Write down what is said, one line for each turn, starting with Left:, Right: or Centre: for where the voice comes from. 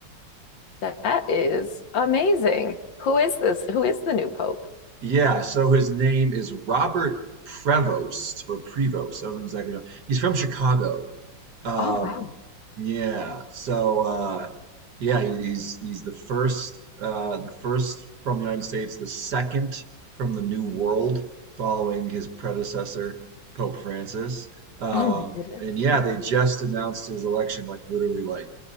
Left: that is amazing. Who is this? Who is the new pope?
Right: Yeah, so his name is Robert Prevost or Prevost. I don't exactly know. He's from Chicago. Um,
Left: Oh, wow.
Right: yeah, so uh, yeah, he- he's he's the first uh, the first from the United States, the second from the New World, following his predecessor Pope Francis. Um,
Left: Oh, my goodness.
Right: and yeah, they just announced his election like literally like